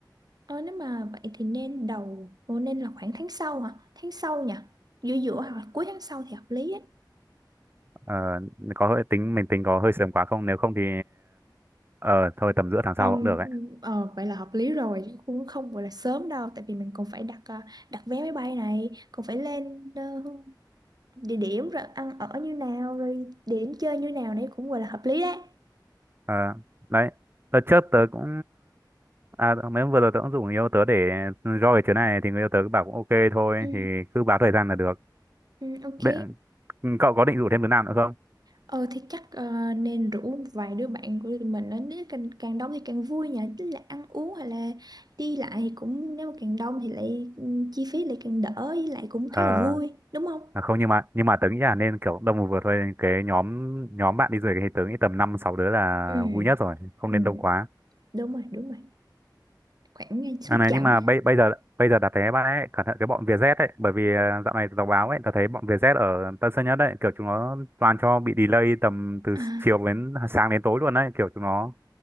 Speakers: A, on the right (about 60°); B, on the right (about 30°).
A: Ờ, nếu mà vậy thì nên đầu Ồ, nên là khoảng tháng sau hả? Tháng sau nhỉ? Giữa giữa hoặc là cuối tháng sau thì hợp lý ấy.
B: Ờ, có hơi tính mình tính có hơi sớm quá không nếu không thì ờ thôi tầm giữa tháng
A: Không,
B: sau cũng được ấy
A: ờ, vậy là hợp lý rồi chứ cũng không gọi là sớm đâu tại vì mình còn phải đặt ờ, đặt vé máy bay này còn phải lên ờ, địa điểm rồi ăn ở như nào rồi địa điểm chơi như nào đấy cũng gọi là hợp lý đấy
B: Ờ, đấy đợt trước tớ cũng à mấy hôm vừa rồi tớ cũng rủ người yêu tớ để roi chuyến này thì người yêu tớ cứ bảo cũng ok thôi
A: Ừ,
B: thì cứ báo thời gian là được
A: ừ, ok.
B: Bên- cậu có định rủ thêm đứa nào nữa không
A: Ờ thì chắc ờ, nên rủ vài đứa bạn của tụi mình đến nếu càng, càng đông thì càng vui nhỉ tức là ăn uống hay là đi lại thì cũng nếu mà càng đông thì lại ừ, chi phí lại càng đỡ với lại cũng
B: Ờ,
A: khá là vui đúng không
B: à, không nhưng mà nhưng mà tớ nghĩ là nên kiểu đông vừa thôi cái nhóm nhóm bạn đi du lịch thì tớ nghĩ tầm năm sáu đứa là
A: ừ
B: vui nhất rồi không
A: ừ
B: nên đông quá
A: đúng rồi đúng rồi khoảng ngay số
B: À này
A: chẵn
B: nhưng mà bây
A: á.
B: bây giờ bây giờ đặt vé bạn ấy cẩn thận cái bọn Vietjet ấy bởi vì à, dạo này đọc báo ấy tớ thấy bọn Vietjet ở Tân Sơn Nhất ấy kiểu chúng nó toàn cho bị delay tầm từ
A: à,
B: chiều đến sáng đến tối luôn đấy kiểu chúng nó